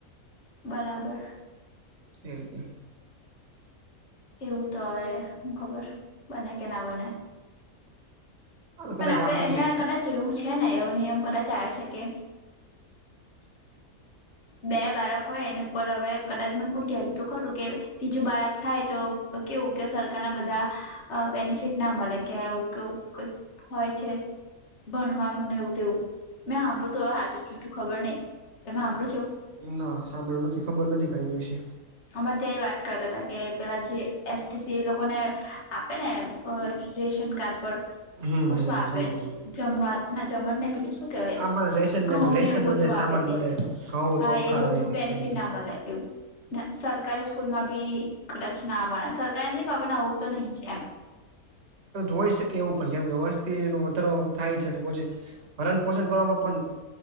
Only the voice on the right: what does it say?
એ રીતે,
આ તો
કદાચ
આપણને
<unintelligible> <inaudible>
ના સાંભળ્યું નથી ખબર નથી કઈ એની વિશે,
હમ
હમ
સમજી ગયા
આપણ રેશન
રેશન
નો
જે સામાન
મળે ઘઉં
ચોખા
છે
બધું
હોઈ શકે એવું પણ કે વસ્તી ન વધારો થાય છે, પછી ભરણ પોષણ કરવામાં પણ